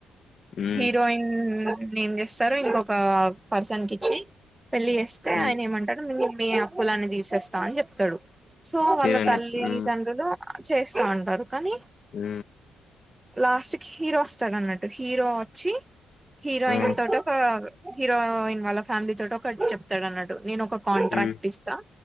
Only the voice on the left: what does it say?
హ్మ్.
హ్మ్.
హీరోయిన్
హ్మ్.
అ
ఆ!
హ్మ్.